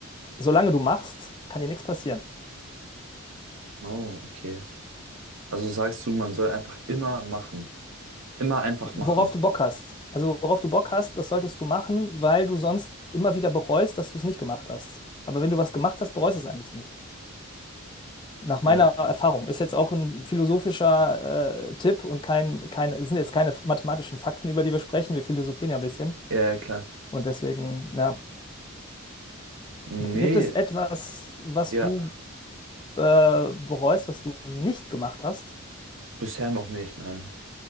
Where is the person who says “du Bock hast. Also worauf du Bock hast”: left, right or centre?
Left